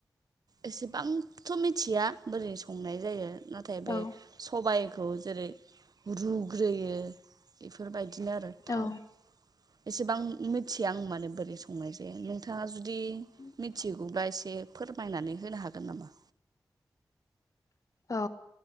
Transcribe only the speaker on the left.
औ
औ
<unintelligible>
औ